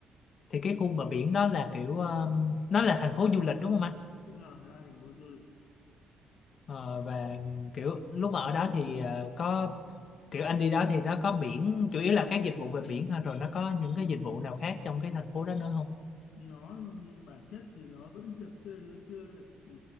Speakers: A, on the left (about 55°); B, on the left (about 80°).
A: thì cái khu bờ biển đó là kiểu ờ, nó là thành phố du lịch đúng không anh
B: đúng rồi nó là thành phố du lịch
A: Ờ, và kiểu lúc mà ở đó thì ờ, có kiểu anh đi đó thì nó có biển chủ yếu là các dịch vụ về biển thôi rồi nó có những cái dịch vụ nào khác trong cái thành phố đó nữa không
B: nó bản chất thì nó vẫn được chưa chưa được ừ,